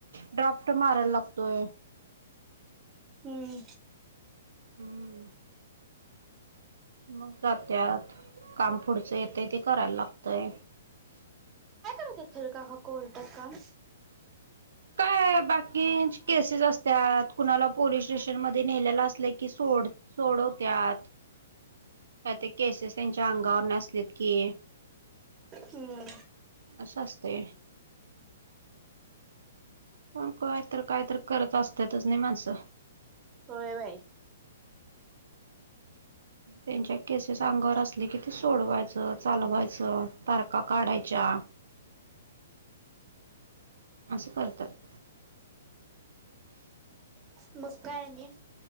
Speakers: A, on the right; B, on the right.
A: ड्राफ्ट मारायला लागतोय.
B: हम्म.
A: हम्म मग जात्यात काम पुढचं येतंय ते करायला लागतय.
B: <unintelligible> काका कोल्टयात काम.
A: काय बाकींच केसेस असत्यात. कुणाला पोलीस स्टेशन मध्ये नेलेला असलं की सोड सोडवत्यात. काय ते केसेस त्यांच्या अंगावर नसलेत की
B: हम्म.
A: अशा असतोय. कोण काय तर काय तर करत असत्यातच नाही माणसं.
B: होय बाई.
A: <inaudible> त्यांच्या केसेस अंगावर असले कि ते सोडवायचं, चालवायचं, तारखा काढायच्या असं करतात.
B: मग काय आणि.